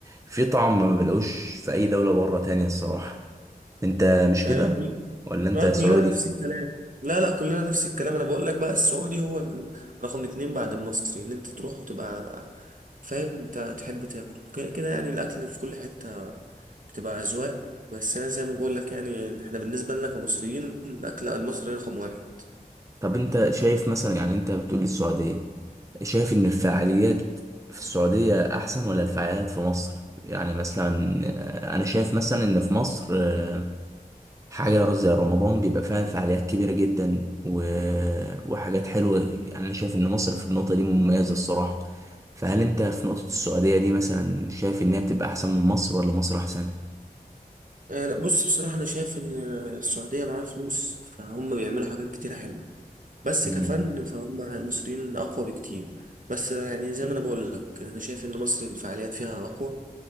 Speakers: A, on the right; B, on the right.
A: في طعم ما بلاقوش في أي دولة بره تانية الصراحة أنت مش
B: يعني
A: كده؟
B: كل...
A: ولا أنت
B: آه،
A: سعودي؟
B: كلنا نفس الكلام لا لا كلنا نفس الكلام انا بقول لك بقى السعودي هو ال- رقم اتنين بعد المصري اللي انت تروح وتبقى فاهم انت تحب تاكل ك- كده يعني الاكل في كل حتة بتبقى اذواق بس انا زي ما بقول لك يعني احنا بالنسبة لنا كمصريين الاكل المصري رقم واحد
A: طب انت شايف مثلا يعني انت بتقول لي السعودية شايف ان الفعاليات في السعودية احسن ولا الفعاليات في مصر يعني مثلا آه، انا شايف مثلا ان في مصر آه، حاجة زي رمضان بيبقى فيها فعاليات كبيرة جدا و... وحاجات حلوة يعني انا شايف ان مصر في النقطة دي مميزة الصراحة فهل انت في نقطة السعودية دي مثلا شايف ان هي بتبقى احسن من مصر ولا مصر احسن؟
B: آه، لا بص بصراحة انا شايف ان السعودية معاها فلوس فهم بيعملوا حاجات كتيرة حلوة بس
A: امم
B: كفن فهم المصريين اقوى بكتير بس يعني زي ما انا بقول لك انا شايف ان مصر الفعاليات فيها اقوى